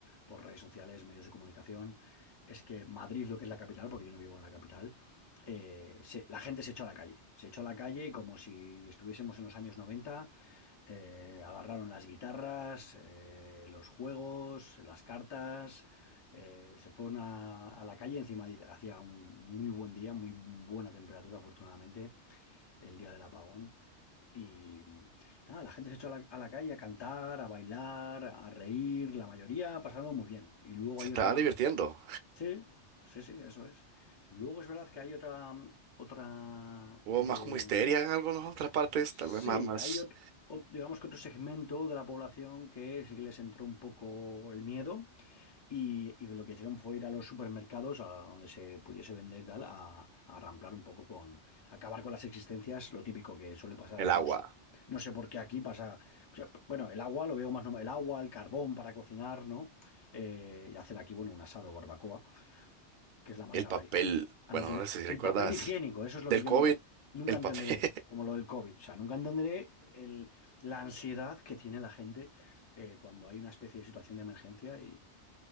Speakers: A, on the left; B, on the right.
A: por redes sociales, medios de comunicación, es que Madrid, lo que es la capital, porque yo no vivo en la capital, eh, se- la gente se echó a la calle, se echó a la calle y como si estuviésemos en los años 90, eh, agarraron las guitarras, eh, los juegos, las cartas, eh, se fueron a, a la calle, encima hi- hacía un muy buen día, muy buena temperatura, afortunadamente, el día del apagón. Y mm, nada, la gente se echó a la, a la calle a cantar, a bailar, a reír, la mayoría pasaron muy bien. Y luego
B: se
A: hay
B: estaban
A: otra...
B: divirtiendo,
A: Sí, sí, sí, eso es. Luego es verdad que hay otra... otra
B: hubo
A: eh,
B: más como histeria en algunas otras partes,
A: Sí,
B: tal vez más, más
A: hay otro, digamos que otro segmento de la población que sí que les entró un poco el miedo y, y lo que hicieron fue ir a los supermercados, a donde se pudiese vender y tal, a, a ramplar un poco con, acabar con las existencias, lo típico que suele pasar,
B: el agua.
A: no sé, no sé por qué aquí pasa, o sea, p- bueno, el agua lo veo más normal, el agua, el carbón para cocinar, ¿no? Eh, y hacer aquí, bueno, un asado o barbacoa, que es la manera,
B: El papel,
A: a- a
B: bueno,
A: no tener,
B: no sé si
A: el
B: recuerdas,
A: papel higiénico, eso es lo
B: del
A: que yo
B: COVID,
A: nunca, nunca
B: el
A: entenderé,
B: papel
A: como lo del COVID, o sea, nunca entenderé el- la ansiedad que tiene la gente eh, cuando hay una especie de situación de emergencia